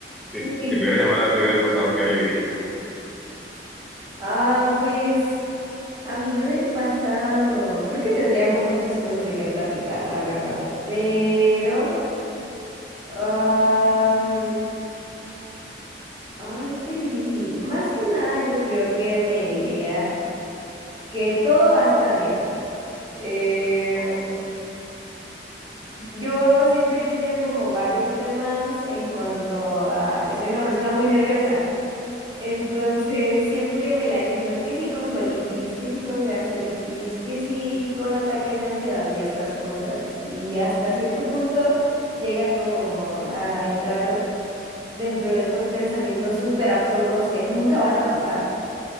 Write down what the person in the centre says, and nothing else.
Sí,
si pudieras llamar a tu yo del pasado, ¿qué le dirías?
Oh.